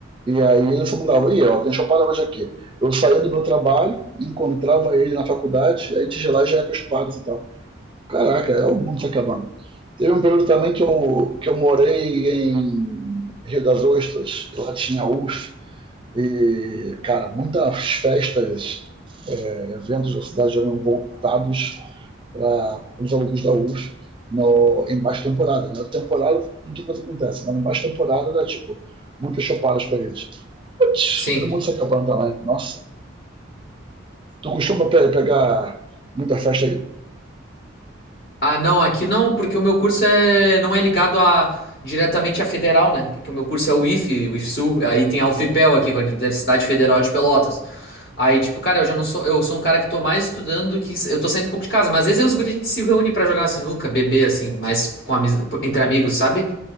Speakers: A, on the right; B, on the left.
A: e aí ele se mudava, e ó, tem chopara hoje aqui. Eu saía do meu trabalho, encontrava ele na faculdade, aí a gente de lá e já ia para os pagos e tal. Caraca, é o mundo se acabando. Teve um período também que eu, que eu morei em Rio das Ostras, lá tinha UF, e, cara, muitas festas, é, eventos da cidade eram voltados para os alunos da UF no, em baixa temporada. Na né? temporada, muita coisa acontece, mas na baixa temporada era tipo, muitas chopadas para eles. Putz,
B: Sim.
A: todo mundo se acabando também. Nossa. Tu costuma pe pegar muita festa aí?
B: Ah, não, aqui não, porque o meu curso é, não é ligado a diretamente à federal, né? Porque o meu curso é o IFE, o IFSU, aí tem a UFPEL aqui, com a Universidade Federal de Pelotas. Aí, tipo, cara, eu já não sou, eu sou um cara que tô mais estudando do que, eu tô saindo um pouco de casa, mas às vezes eu e os guri, a gente se reúne pra jogar uma sinuca, beber, assim, mas com amiz- entre amigos, sabe?